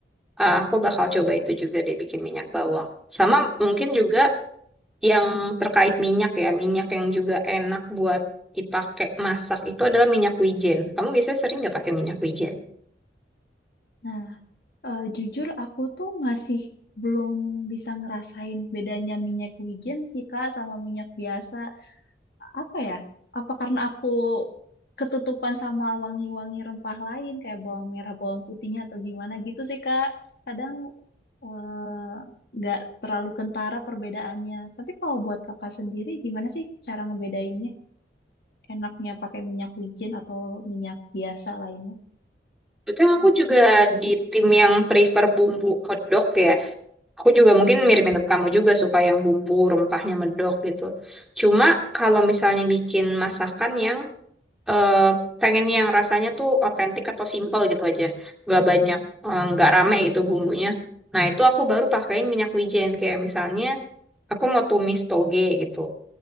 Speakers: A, in the centre; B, on the left.
A: ah, aku bakal coba itu juga deh bikin minyak bawang. Sama mungkin juga. yang terkait minyak ya, minyak yang juga enak buat dipakai masak itu adalah minyak wijen. Kamu biasanya sering nggak pakai minyak wijen?
B: Nah, Eh, jujur aku tuh masih belum bisa ngerasain bedanya minyak wijen sih Kak sama minyak biasa. Apa ya? Apa karena aku ketutupan sama wangi-wangi rempah lain kayak bawang merah, bawang putihnya atau gimana gitu sih Kak. Kadang eh, nggak terlalu kentara perbedaannya. Tapi kalau buat Kakak sendiri gimana sih cara ngebedainnya? Enaknya pakai minyak wijen atau minyak biasa lainnya?
A: Betul, aku juga di tim yang prefer bumbu medok ya. Aku juga mungkin mirip-mirip kamu juga suka yang bumbu rempahnya medok gitu. Cuma kalau misalnya bikin masakan yang eh, pengen yang rasanya tuh otentik atau simple gitu aja, nggak banyak, eh, nggak rame gitu bumbunya. Nah, itu aku baru pakein minyak wijen kayak misalnya aku mau tumis toge gitu.